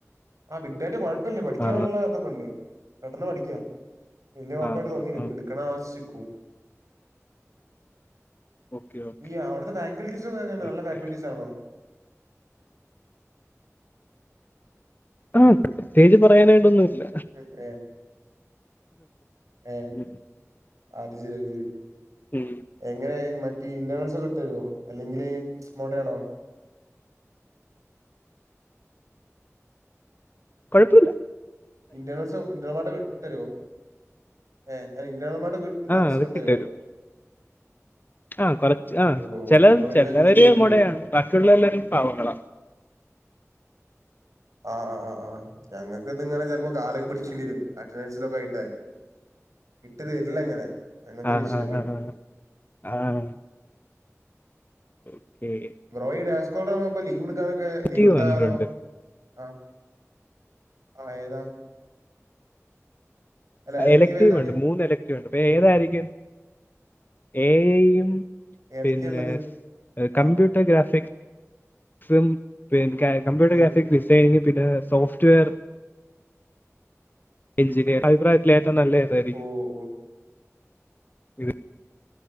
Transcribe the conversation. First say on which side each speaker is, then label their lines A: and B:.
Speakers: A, on the right; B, on the left.
A: ആ ബിഗ്ഡാറ്റ കുഴപ്പല്ല പഠിക്കാനുള്ള
B: ആ
A: ഇതൊക്ക ഉണ്ട് പെട്ടെന്ന് പഠിക്കാവലിയ കുഴപ്പായിട്ട്
B: ആ
A: തോന്നിയില്ല
B: ആ
A: പിന്നെ എടുക്കണ ആളെ അനുസരിച്ചിക്കും
B: ഓക്കെ ഓക്കെ
A: ഈ അവിടുത്തെ ഫാക്കൽട്ടീസ് ഒക്കെ എങ്ങനാ
B: ബിഗ്
A: നല്ല ഫാക്കൽട്ടീസ്
B: ഡേറ്റ
A: ആണോ
B: ആ പ്രത്യേകിച്ച് പറയാനായിട്ടൊന്നൂല്ല.
A: പിന്നെ ഏ
B: ഉം.
A: <unintelligible>
B: ഉം.
A: എങ്ങനെ മറ്റേ ഇന്റേണൽസ് ഒക്കെ ഇട്ടു തരോ? അല്ലെങ്കില് മോഡേണോ?
B: കുഴപ്പൊല്ല
A: ഇന്റേർണൽസൊ ഇന്റണൽമാർട്ട് ഇട് തരോഏ ഇന്റേർണൽമാർട്ട് ഇട്ട്
B: ആ അതൊക്കെ
A: തരുവോ
B: ഇട്ടരും ആ കുറച്ച് ആ
A: ഓഹ് ഓഹ്
B: ചില
A: അപ്പൊ പിന്നെ
B: ചിലവര്
A: അതില് സീനില്ലല്ലോ
B: മൊടയാണ് ബാക്കിയുള്ള എല്ലാരും പാവങ്ങളാ
A: ആ ആ ആ ആ ഞങ്ങൾക്ക് ഇതിങ്ങടെ ചിലപ്പോ കാലൊക്കെ പിടിക്കേണ്ടി വരും അറ്റൻഡൻസിനൊക്കെ ആയിട്ടേ. ഇട്ട് തരില്ല അങ്ങനെ അങ്ങനത്തെ
B: ആ
A: ഒരു ഇഷ്യൂ
B: ആ
A: ണ്ട്
B: ആ ആ ഓക്കേ.
A: ബ്രോ <unintelligible> ഇപ്പ ലീവ് എടുക്കാനൊക്കെ
B: എലക്റ്റീവ്
A: ലീവ് എടുത്താലോ
B: വന്നിട്ടുണ്ട്
A: ആ ഹ് അഏതാ അല്ല
B: ആ
A: എലക്റ്റീവ്
B: ഇലക്ടീവ്
A: ഏതാണ്
B: ഉണ്ട് മൂന്ന് എലക്റ്റീവ് ഉണ്ട്അപ്പ ഏതായിരിക്കും ഏ ഐയും
A: ഏതൊക്കെയാ
B: പിന്നെ
A: ഉള്ളത്
B: കംമ്പ്യൂട്ടർ
A: ആഹ്
B: ഗ്രാഫിക്സ് ക്സും പിന്നെ കമ്പ്യൂട്ടർ
A: ഉം
B: ഗ്രാഫിക്സ് ഡിസൈനിങ്ങ് പിന്നെ സോഫ്റ്റ് വെയർ എഞ്ചിനിയർ അഭിപ്രായത്തിൽ ഏറ്റവും നല്ലത് ഏതായിരിക്കും
A: ഓഹ് ഓഹ്
B: ഇത്